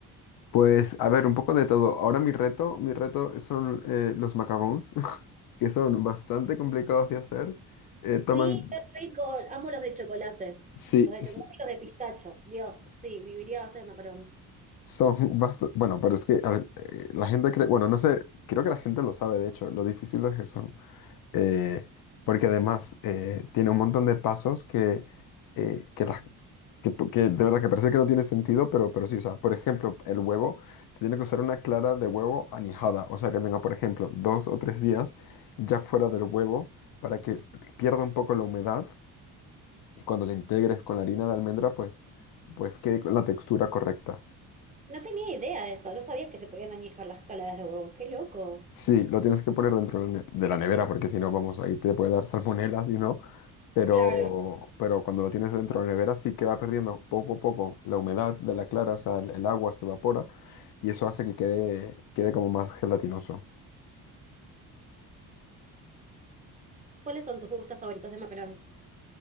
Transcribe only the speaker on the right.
Sí,
qué rico. Amo los de chocolate.
Los de
chocolate y los de pistacho. Dios, sí, viviría a base de macarons.
No tenía idea de eso. No sabía que se podían añejar las claras de huevo. ¡Qué loco!
Claro.
¿Cuáles son tus gustos favoritos de macarons?